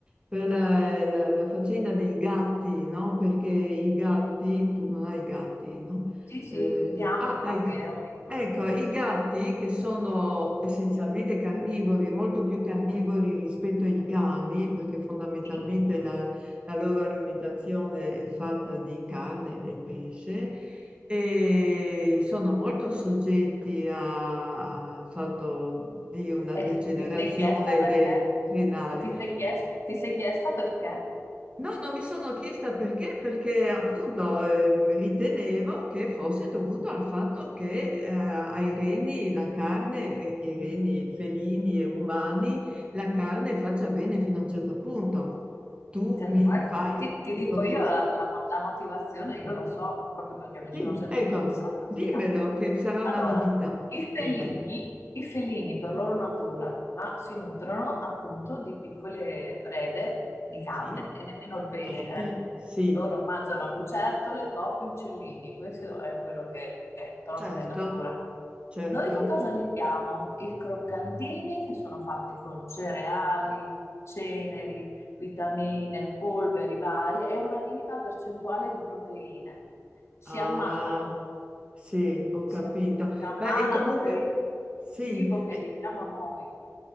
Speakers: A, on the right; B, on the left.
A: per la, la- la faccenda dei gatti, no? Perché i gatti, tu non hai gatti, no?
B: Sì, sì,
A: Eh,
B: amo
A: ah,
B: i gatti
A: hai gatti.
B: e ho detto
A: Ecco,
B: gatti.
A: i gatti che sono essenzialmente carnivori, molto più carnivori rispetto ai cani, perché fondamentalmente
B: Sì.
A: la la loro alimentazione è fatta di carne e pesce e sono molto soggetti a- al fatto di una
B: E
A: degenerazione
B: ti sei chiesta perché?
A: dei- renale.
B: E ti sei chies- ti sei chiesta perché?
A: No, non mi sono chiesta perché, perché appunto ehm, ritenevo che fosse dovuto al fatto che eh, ai reni la carne, eh, i reni felini e umani, la carne faccia bene fino a un certo punto. Tu
B: Cioè,
A: mi
B: se vuoi,
A: fai
B: ti, ti
A: un'obiezione.
B: dico io la, la mo- la motivazione, io la so proprio perché mi
A: Sì,
B: sono sempre
A: ecco,
B: interessata
A: dimmelo
B: ai gatti.
A: che sarà
B: Allora,
A: una novità
B: i felini,
A: per me.
B: i felini per loro natura ah, si nutrono appunto di piccole prede di carne
A: Sì,
B: e nemmeno il pesce.
A: Top.
B: eh.
A: topi, sì,
B: Loro mangiano lucertole, topi, uccellini, questo è quello che che trovano
A: Certo.
B: in natura.
A: certo.
B: Noi che cosa gli diamo? I croccantini che sono fatti con cereali, ceneri vitamine, polveri varie e una minima percentuale di proteine. Si
A: Ah,
B: ammalano,
A: sì, ho
B: si
A: capito.
B: am- si ammalano
A: Ma e comunque,
B: per il
A: sì,
B: cibo che
A: e
B: gli diamo noi.